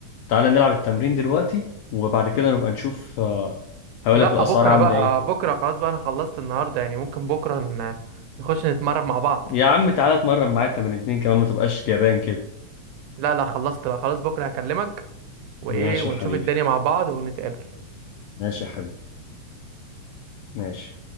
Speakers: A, on the left; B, on the right.
A: تعالى نلعب التمرين دلوقتي وبعد كده نبقى نشوف آه، هقول
B: لا
A: لك الأسعار
B: بكرة
A: عاملة
B: بقى
A: ايه
B: بكرة خلاص بقى أنا خلصت النهاردة يعني ممكن بكرة ن- نخش نتمرن مع بعض
A: يا عم تعالى اتمرن معايا تمرين اتنين كمان ما تبقاش جبان كده
B: لا لا خلصت بقى خلاص بكرة هكلمك وإيه
A: ماشي
B: ونشوف
A: يا حبيبي
B: الدنيا مع بعض ونتقابل
A: ماشي يا حبيبي ماشي